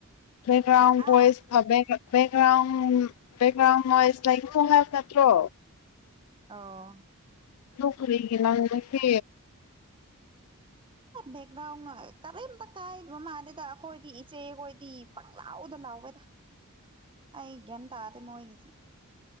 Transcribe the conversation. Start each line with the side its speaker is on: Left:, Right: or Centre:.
Left: ꯃ꯭ꯔꯥꯨ
Right: ꯍꯥ
Left: ꯀꯣꯏꯃꯦ ꯕꯦꯛꯒ꯭ꯔꯥꯎꯟ ꯕꯦꯛꯒ꯭ꯔꯥꯎꯟ ꯅꯣꯏꯁ ꯂꯥꯏꯛ ꯏ ꯐꯣꯡ ꯍꯥꯏꯕ ꯅꯠꯇ꯭ꯔꯣ
Right: ꯑꯣ
Left: ꯂ ꯀꯔꯤꯒ ꯂꯥꯡꯁꯦ
Right: ꯕꯦꯛꯒ꯭ꯔꯥꯎꯟ ꯀꯔꯤꯝꯇ ꯀꯥꯏꯗꯕ ꯃꯥꯜꯗꯦꯗ ꯑꯩꯈꯣꯏꯗꯤ ꯏꯆꯦꯈꯣꯏꯗꯤ ꯄꯪ ꯂꯥꯎꯗ ꯂꯥꯎꯕꯦꯗ ꯑ ꯀꯟ ꯇꯗ ꯃꯒꯤꯁꯤꯦ